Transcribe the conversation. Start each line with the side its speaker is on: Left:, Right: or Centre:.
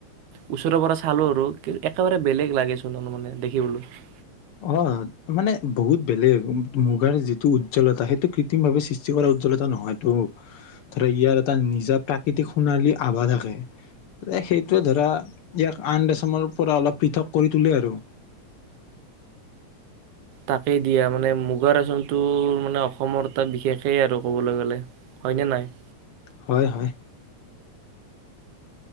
Right: ওচৰৰ পৰা চা চালো আৰু কি একেবাৰে বেলেগ লাগেচোন আৰু মানে দেখিবলৈ ৷
Left: অ মানে বহুত বেলেগ মুগাৰ যিটো উজ্জ্বলতা সেইটো কৃত্ৰিম ভাৱে সৃষ্টি কৰা উজ্জ্বলতা নহয়তটো ধৰা ইয়াৰ এটা নিজা প্ৰাকৃতিক সোণালী আভা থাকে সেইটোয়ে ধৰা ইয়াক আন ৰেছমৰ পৰা অলপ পৃথক কৰি তোলে আৰু৷
Right: তাকেই দিয়া মানে মুগাৰ ৰেচনটো মানে অসমৰ তটা বিশেষেই আৰু ক'বলৈ গ'লে হয়নে নাই?
Left: হয় হয়৷